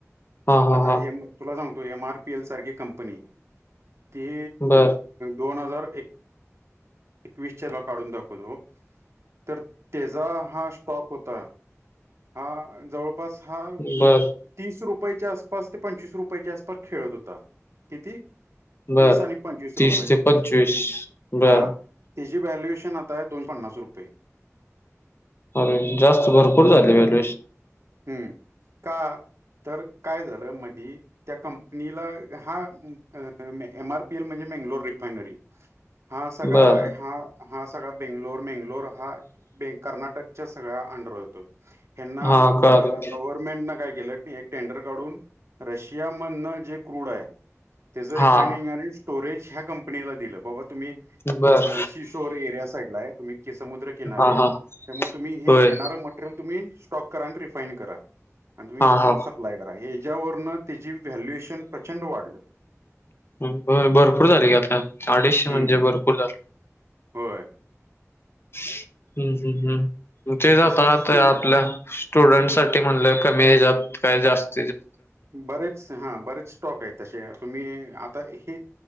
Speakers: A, on the left; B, on the right.
A: हा हा
B: आता
A: हा
B: तुला सांगतो? एमआरपीएल सारखी कंपनी ते
A: बर
B: दोन हजार एक एकवीसच्या ला काढून दाखवतो, तर त्याचा हा स्टॉक होता. हा जवळपास हा तीस
A: बर
B: रुपये रुपयाच्या आसपास ते पंचवीस रुपयाच्या आसपास खेळत होता, किती?
A: बर
B: तीस आणि पंचवीस
A: तीस
B: रुपये
A: ते पंचवीस बर
B: हा जे व्हॅल्युएशन, आता आहे दोन पन्नास रुपये.
A: अरे! जास्त भरपूर झाले, व्हॅल्यूएशन.
B: हम्म! का तर काय झालं? मधी. त्या कंपनीला, हा एम. आरपीएल म्हणजे मेंगलोर रिफायनरी. हा, सगळा
A: बर
B: हा हा, सगळा बेंगलोर-मेंगलोर, हा बेळगाव- कर्नाटकच्या सगळ्या अंडर येतो. ह्यांना
A: हा कळालं
B: अ गव्हर्नमेंट न काय? गेलं की, एक टेंडर काढून रशिया मन जे क्रूड हाय तेज
A: हा
B: रिफायनिंग आणि स्टोरेज, ह्या कंपनीला दिलं. बाबा मी
A: बर
B: अ शीशोर एरिया साइड ला हाय तुम्ही के समुद्र किनारी
A: हा हा
B: त्यामुळ तुम्ही हे
A: होय
B: येणारं मटेरियल तुम्ही टॉप करा आणि रिफाइंड करा आणि तुम्ही
A: हा हा
B: सप्लाय करा हे ज्यावरनं तिची व्हॅल्युएशन प्रचंड वाढलं
A: अ भरपूर झाली की आता अडीशे
B: हम्म
A: म्हणजे भरपूर झाल
B: होय.
A: हम्म हम्म हम्म. म तेच आता
B: तसच
A: आता आपल्या स्टुडंट साठी म्हणलं कमी हेज्यात काय जास्त
B: बरेच हा बरेच स्टॉक आहे तसे तुम्ही आता हे